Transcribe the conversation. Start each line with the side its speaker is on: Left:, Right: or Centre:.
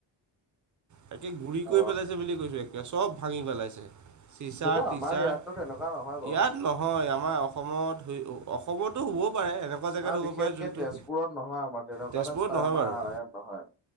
Right: তাকে গুৰি
Centre: অ
Right: কৰি পেলাইছে বুলি কৈছো একে চব ভাঙি পেলাইছে। চিচাৰ
Centre: সেইটো
Right: টিচাৰ
Centre: আমাৰ ইয়াততো তেনেকুৱা নহয় বাৰু
Right: ইয়াত নহয় আমাৰ অসমত হৈ ও অসমতো হ'বও পাৰে এনেকুৱা জেগাত
Centre: অ বিশেষকে
Right: হ'ব পাৰে যোনটো,
Centre: তেজপুৰত নহয় আমাৰ তেনেকুৱা
Right: তেজপুৰত
Centre: এটা ষ্টাৰ
Right: নহয়
Centre: আমাৰ
Right: বাৰু।
Centre: ইয়াত নহয়।